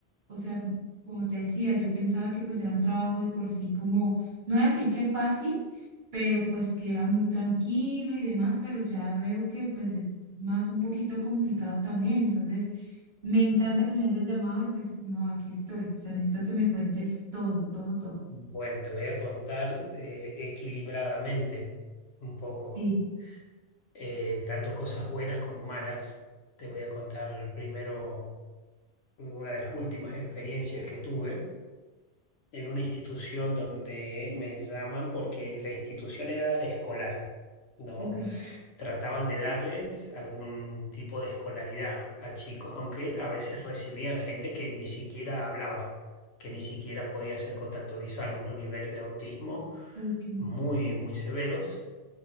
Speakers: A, on the right (about 45°); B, on the left (about 70°).
A: o sea, como te decía, yo pensaba que pues era un trabajo de por sí como, no voy a decir que fácil, pero pues que era muy tranquilo y demás, pero ya veo que pues es más un poquito complicado también, entonces me encanta que me hayas llamado y pues no, aquí estoy, o sea, necesito que me cuentes todo, todo, todo.
B: Bueno, te voy a contar eh, equilibradamente un poco,
A: Sí,
B: eh, tanto cosas buenas como malas. Te voy a contar primero una de las últimas experiencias que tuve en una institución donde me llaman porque la institución era escolar, ¿no?
A: ok.
B: Trataban de darles algún tipo de escolaridad a chicos, aunque a veces recibían gente que ni siquiera hablaba, que ni siquiera podía hacer contacto visual, unos niveles de autismo
A: Ok.
B: muy, muy severos.